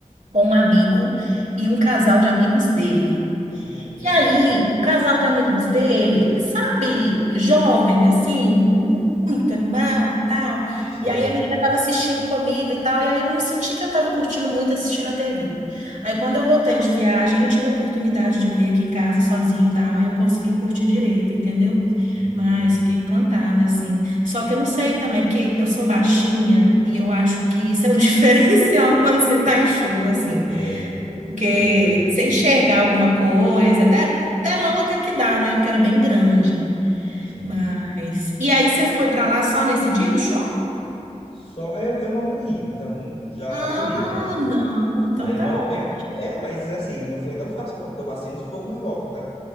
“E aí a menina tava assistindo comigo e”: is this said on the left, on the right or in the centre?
Right